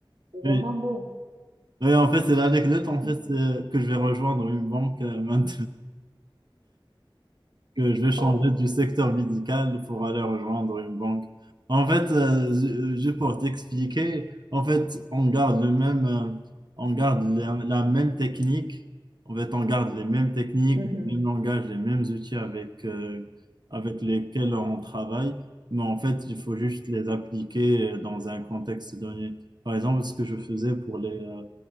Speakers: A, on the right; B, on the right.
A: c'est vraiment
B: oui.
A: beau.
B: Oui, en fait, c'est l'anecdote en
A: <laughs>
B: fait,
A: Hum.
B: c'est que je vais rejoindre une banque euh, maintenant. que je vais changer
A: Oh,
B: du secteur médical pour aller rejoindre une banque. En fait, euh, ju- juste pour t'expliquer, en fait, on garde le même, euh, on garde la, la même technique. En fait, on garde les mêmes techniques,
A: mhm.
B: les mêmes langages, les mêmes outils avec, euh, avec lesquels on travaille. Mais en fait, il faut juste les appliquer euh, dans un contexte donné. Par exemple, ce que je faisais pour les, euh,